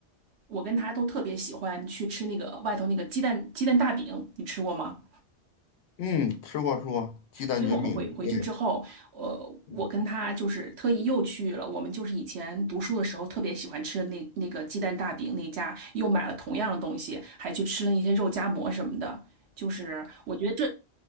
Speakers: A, on the right; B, on the left.
A: 我跟她都特别喜欢去吃那个外头那个鸡蛋鸡蛋大饼，你吃过吗？
B: 嗯，吃过吃过鸡蛋卷饼，
A: 所以我们回回去之后，
B: 对，
A: 呃，
B: 嗯
A: 我跟他就是特意又去了，我们就是以前读书的时候特别喜欢吃的那那个鸡蛋大饼那家，又买了同样的东西，还去吃了一些肉夹馍什么的。就是我觉得这